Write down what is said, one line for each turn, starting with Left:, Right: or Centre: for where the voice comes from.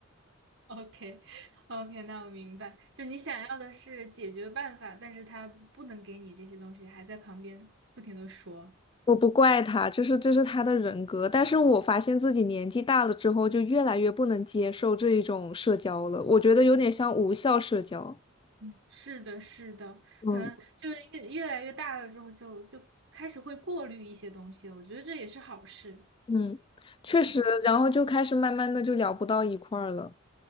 Right: <laughs> OK OK，那我明白，就你想要的是解决办法，但是他不能给你这些东西，还在旁边不停的说。
Left: 我不怪他，就是这是他的人格，但是我发现自己年纪大了之后，就越来越不能接受这一种社交了，我觉得有点像无效社交。
Right: 嗯，是的，是的，
Left: 嗯，
Right: 可能就是越越来越大了之后就，就开始会过滤一些东西了我觉得这也是好事。
Left: 嗯，确实，
Right: 嗯，
Left: 然后就开始慢慢的就聊不到一块儿了。